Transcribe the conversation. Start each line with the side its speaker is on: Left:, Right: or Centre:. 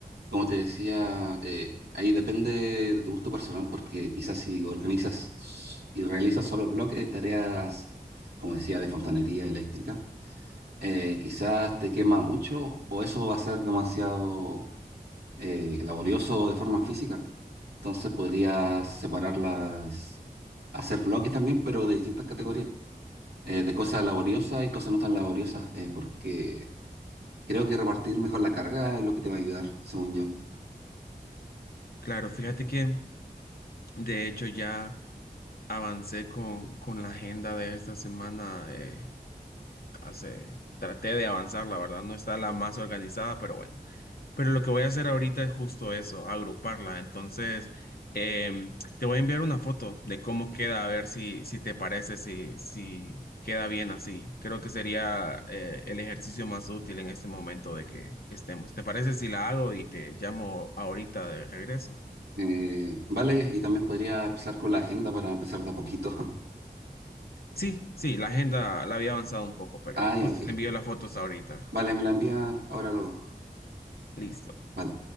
Right: como te decía, eh, ahí depende de tu gusto personal, porque quizás si organizas s- y realizas solo bloques de tareas, como decía, de fontanería eléctrica, eh, quizás te quema mucho o eso va a ser demasiado eh, laborioso de forma física. Entonces podrías separarlas, hacer bloques también, pero de distintas categorías, eh, de cosas laboriosas y cosas no tan laboriosas, eh, porque creo que repartir mejor la carga es lo que te va a ayudar, según yo.
Left: Claro, fíjate que de hecho ya avancé con, con la agenda de esta semana. eh, hace, traté de avanzar, la verdad, no está la más organizada, pero bueno. Pero lo que voy a hacer ahorita es justo eso, agruparla. Entonces, em, te voy a enviar una foto de cómo queda, a ver si, si te parece, si, si queda bien así. Creo que sería eh, el ejercicio más útil en este momento de que estemos. ¿Te parece si la hago y te llamo ahorita de regreso?
Right: Eh, vale, y también podría empezar con la agenda para empezar de a poquito. <laughs>
Left: Sí, sí, la agenda la había avanzado un poco, pero
Right: Ah, ya,
Left: justo
Right: ok.
Left: te envío las fotos ahorita.
Right: Vale, me la envías ahora luego.
Left: Listo.
Right: Vale.